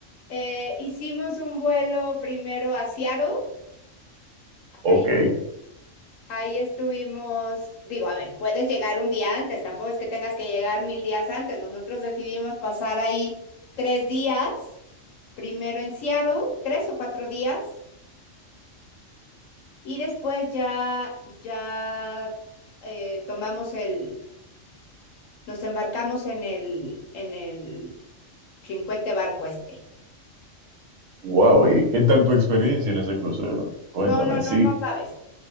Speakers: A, on the left; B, on the right.
A: eh, hicimos un vuelo primero a Seattle
B: Ok,
A: Ahí, ahí estuvimos, digo, a ver, puedes llegar un día antes, tampoco es que tengas que llegar mil días antes. Nosotros decidimos pasar ahí tres días, primero en Seattle, tres o cuatro días, y después ya, ya eh, tomamos el, nos embarcamos en el, en el chincuete barco este.
B: wow. ¿Y qué tal tu experiencia en ese crucero? Cuéntame,
A: No, no,
B: sí,
A: no, no sabes.